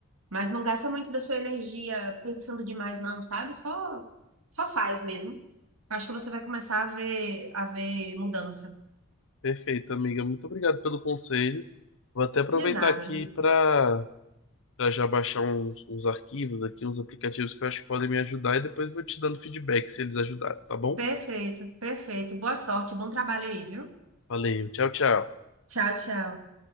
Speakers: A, on the right (about 70°); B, on the left (about 65°).
A: mas não gasta muito da sua energia pensando demais, não, sabe? Só, só faz mesmo. Acho que você vai começar a ver, a ver mudança.
B: Perfeito, amiga. Muito obrigado pelo conselho. Vou até aproveitar
A: De nada.
B: aqui para para já baixar uns, uns arquivos aqui, uns aplicativos que eu acho que podem me ajudar e depois vou te dando feedback se eles ajudaram, tá bom?
A: Perfeito, perfeito. Boa sorte, bom trabalho aí, viu?
B: Valeu, tchau, tchau.
A: Tchau, tchau.